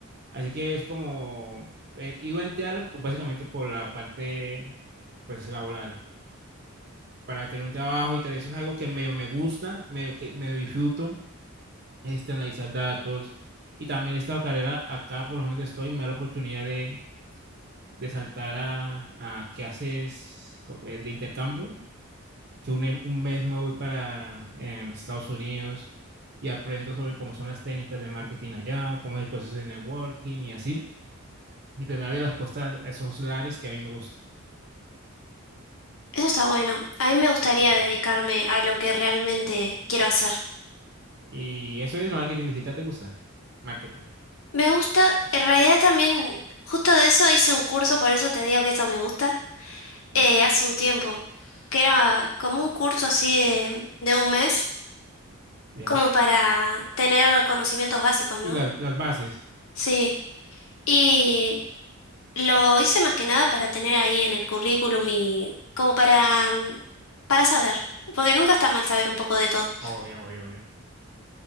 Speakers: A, on the right; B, on the left.
A: Así que es como, eh, iba a entrar pues, básicamente por la parte pues laboral, para tener un trabajo y tal, eso es algo que medio me gusta, medio que medio disfruto este, analizar datos. Y también esta carrera acá, por donde estoy, me da la oportunidad de, de saltar a, a clases co- eh, de intercambio, que un, em- un mes me voy para eh, Estados Unidos y aprendo sobre cómo son las técnicas de marketing allá, cómo es el proceso de networking y así. Y pues me abre las puertas a esos lares que a mí me gusta.
B: Eso está bueno. A mí me gustaría
A: Sí, sí.
B: dedicarme a lo que realmente quiero hacer.
A: Y eso es marketing digital, ¿te gusta? Marketing.
B: Me gusta, en realidad también, justo de eso hice un curso, por eso te digo que eso me gusta,
A: Sí.
B: eh, hace un tiempo, que era como un curso así de, de un mes,
A: Ya.
B: como para tener conocimientos básicos, ¿no?
A: Y las, las bases.
B: Sí. Y Lo hice más que nada para tener ahí en el currículum y como para, mm, para saber, porque nunca está mal saber un poco de todo.
A: Obvio, obvio, obvio.